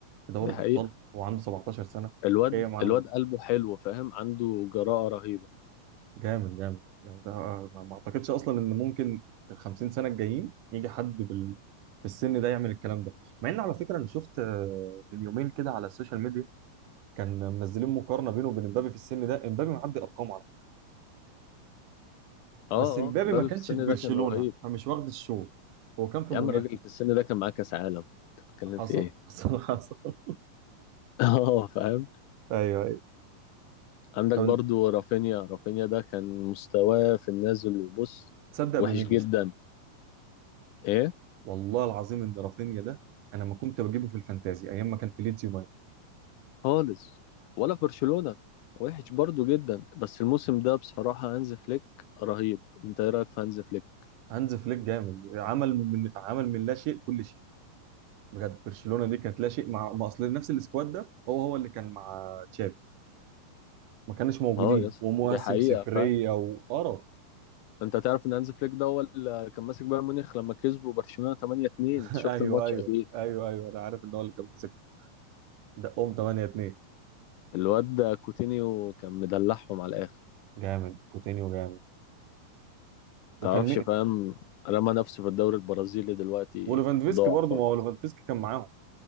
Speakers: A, on the right (about 70°); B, on the left (about 80°).
A: في دوري
B: دي حقيقة
A: الابطال وعنده 17 سنه
B: الواد
A: ايه يا معلم
B: الواد قلبه حلو فاهم عنده جراءة رهيبة
A: جامد جامد يعني ده ما ما اعتقدش اصلا ان ممكن في ال 50 سنه الجايين يجي حد بال... في السن ده يعمل الكلام ده مع ان على فكره انا شفت آه، من يومين كده على السوشيال ميديا كان منزلين مقارنه بينه وبين امبابي في السن ده امبابي معدي ارقامه
B: اه
A: بس امبابي
B: اه مبابي
A: ما كانش
B: في السن
A: في برشلونة
B: ده كان رهيب
A: فمش واخد الشو هو كان في
B: يا
A: موناكو
B: عم الراجل في السن ده كان معاه كأس عالم تتكلم
A: حصل
B: في ايه
A: <laughs> حصل حصل
B: <laughs> اه فاهم
A: ايوه ايوه
B: عندك
A: طب
B: برضو
A: انت
B: رافينيا رافينيا ده كان مستواه في النازل وبص
A: تصدق
B: وحش
A: بمين
B: جدا
A: يا اسطى
B: ايه
A: والله العظيم ان رافينيا ده انا ما كنت بجيبه في الفانتازي ايام ما كان في ليدز يونايتد
B: خالص ولا في برشلونة وحش برضو جدا بس الموسم ده بصراحة هانز فليك رهيب انت ايه رأيك في هانز فليك
A: هانز فليك جامد عمل من عمل من لا شيء كل شيء بجد برشلونة دي كانت لا شيء مع ما اصل نفس السكواد ده هو هو اللي كان مع تشافي ما كانش موجودين
B: اه يس
A: ومواسم
B: دي حقيقة
A: صفريه
B: فاهم
A: وقرف
B: انت تعرف ان هانز فليك ده هو اللي كان ماسك بايرن ميونخ لما كسبوا برشلونة 8-2
A: <laughs>
B: انت شفت
A: ايوه
B: الماتش
A: ايوه
B: اكيد
A: ايوه ايوه انا عارف ان هو اللي كان ماسكه دقهم 8 2
B: الواد ده كوتينيو كان مدلعهم على الاخر
A: جامد كوتينيو جامد
B: تعرفش
A: وكان مين
B: فاهم رمى نفسه في الدوري البرازيلي دلوقتي
A: وليفاندوفسكي
B: ضاع
A: برضه
B: خالص
A: ما هو ليفاندوفسكي كان معاهم